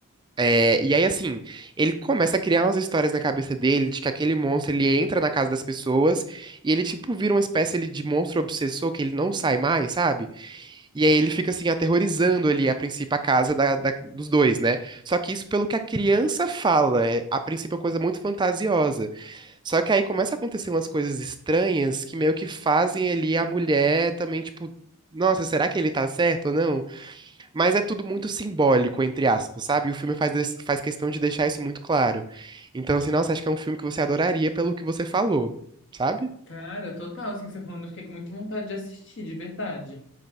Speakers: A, on the right; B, on the left.
A: É, e aí, assim, ele começa a criar umas histórias na cabeça dele de que aquele monstro ele entra na casa das pessoas e ele, tipo, vira uma espécie ali, de monstro obsessor que ele não sai mais, sabe? E aí ele fica, assim, aterrorizando ali, a princípio, a casa da- da- dos dois, né? Só que isso, pelo que a criança fala, é, a princípio é uma coisa muito fantasiosa. Só que aí começa a acontecer umas coisas estranhas que meio que fazem ali a mulher também, tipo, nossa, será que ele tá certo ou não? Mas é tudo muito simbólico, entre aspas, sabe? E o filme faz, des- faz questão de deixar isso muito claro. Então, assim, nossa, acho que é um filme que você adoraria pelo que você falou, sabe?
B: Cara, total, assim, você falando, eu fiquei com muita vontade de assistir, de verdade.